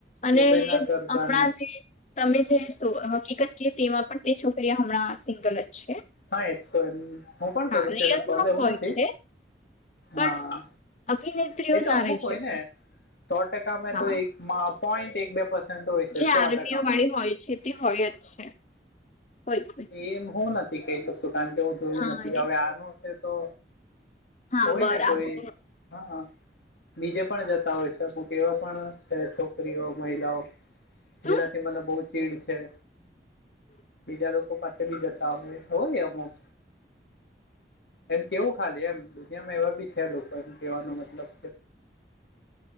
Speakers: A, on the left; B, on the left.
A: અને
B: સુબેના
A: હમણાં
B: કરઝાની
A: જે. <unintelligible> તમે જે હકીકત કય તેમાં પણ તે છોકરી હમણાં સિંગલ જ છે.
B: હા એ તો એમ હું પણ
A: હા
B: કરું
A: રિયલમાં
B: છું એ કોલેવું
A: હોય
B: નથી
A: છે પણ
B: હા
A: અભિનેત્રીઓ
B: એતો
A: ના
B: અમુક
A: રહી
B: હોય
A: શકે
B: ને સો ટકા માં
A: હા
B: તો એક પોઈન્ટ એક બે પર્સન્ટ હોય છે
A: જે
B: સો
A: આર્મીઓ
B: ટકા માં.
A: વાળી હોય છે. હોય જ છે કોઈ કોઈ.
B: એમ હું નથી કહી શકતું કારણ કે હું જોયું
A: હા
B: નથી
A: એ જ.
B: હવે આનું છે તો
A: હા
B: હોય
A: બરાબર
B: ને કોઈ. હા બીજે પણ જતા હોય છે અમુક એવા પણ છે છોકરીઓ મહિલાઓ.
A: શું
B: જેનાથી મને બહુ ચીડ છે.
A: <inaudible>
B: બીજા લોકો પાસે બી જતા હોય હોય અમુક એમ કેવું ખાલી એમ દુનિયામાં એવા બી છે લોકો એમ કેવાનો મતલબ
A: <inaudible>